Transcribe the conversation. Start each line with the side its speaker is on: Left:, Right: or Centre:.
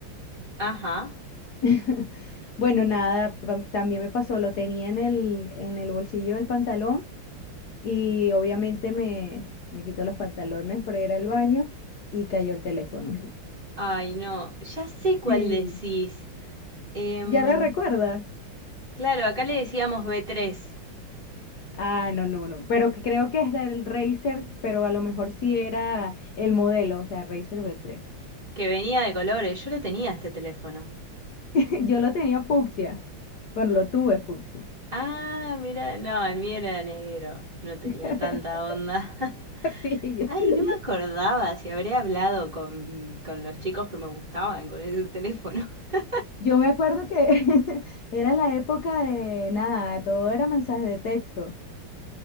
Right: Ajá.
Left: <laughs> Bueno, nada, tam- también me pasó, lo tenía en el, en el bolsillo del pantalón y obviamente me, me quito los pantalones para ir al baño y cayó el teléfono.
Right: Ay, no. Ya sé cuál
Left: Sí.
Right: decís. Em,
Left: ¿Ya la recuerdas?
Right: claro, acá le decíamos B3,
Left: Ah, no, no, no. Pero que creo que es el del Razer, pero a lo mejor sí era el modelo, o sea, Razer V3.
Right: que venía de colores. Yo lo tenía este teléfono.
Left: <laughs> Yo lo tenía fucsia. Bueno, lo tuve fucsia.
Right: Ah, mira, no, el mío era negro. No tenía
Left: <laughs>
Right: tanta onda. <laughs>
Left: Sí,
Right: Ay,
Left: yo
Right: no me acordaba si habré hablado con, con los chicos que me gustaban con ese teléfono. <laughs>
Left: yo me acuerdo que <laughs> era la época de nada, todo era mensaje de texto.